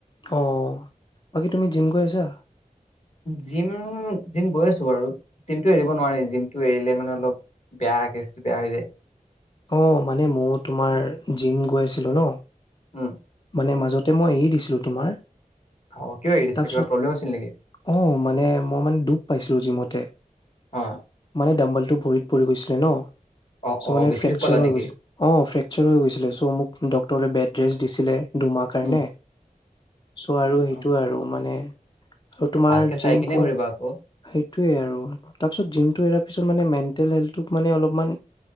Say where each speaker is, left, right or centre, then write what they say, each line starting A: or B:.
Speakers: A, on the left; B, on the left.
A: অ বাকী তুমি জিম গৈ আছা
B: জিম জিম গৈ আছো বাৰু জিমটো এৰিব নোৱাৰি জিমটো এৰিলে মানে অলপ বেয়া কেচটো বেয়া হৈ যায়।
A: অঁ মানে মইও‌ তোমাৰ জিম গৈ আছিলোঁ ন -
B: উম
A: মানে মাজতে মই এৰি দিছিলোঁ তোমাৰ
B: অ কিয় এৰি দিছিলা
A: তাৰপিছত
B: কিবা প্ৰব্লেম হৈছিল নেকি
A: অ মানে মই মানে দুখ পাইছিলো জিমতে
B: অ
A: মানে দম্বল টো ভৰিত পৰি গৈছিলে ন,
B: অ
A: চ'
B: অ
A: মানে
B: বেছি দুখ
A: ফ্ৰেকচাৰ
B: পালা
A: হৈ
B: নেকি
A: গৈছিল, অ ফেক্সাৰ হৈ গৈছিলে চৌ মোক ডক্টৰে বেড এড্ৰেছ দিছিলে দুমাহ কাৰণে
B: উম
A: চ' আৰু
B: অ
A: সেইটো আৰু মানে আৰু তোমাৰ
B: ভালকে
A: জিম
B: চাই কিনে
A: কোন
B: কৰিবা আকৌ
A: সেইটোয়ে আৰু তাৰপিছত জিমটো এ পিছত মানে মেন্তেলহেল্ডটোক মানে অলপমান